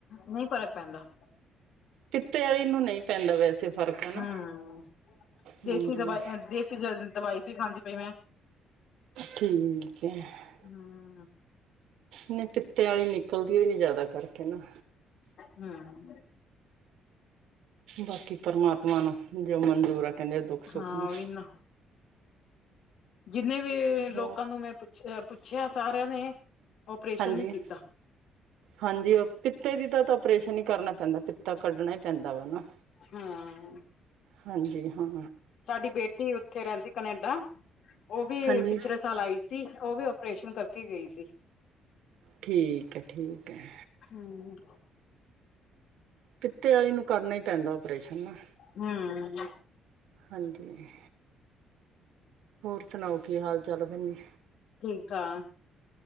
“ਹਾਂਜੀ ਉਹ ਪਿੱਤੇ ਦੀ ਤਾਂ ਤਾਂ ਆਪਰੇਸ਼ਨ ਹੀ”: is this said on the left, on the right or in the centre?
Right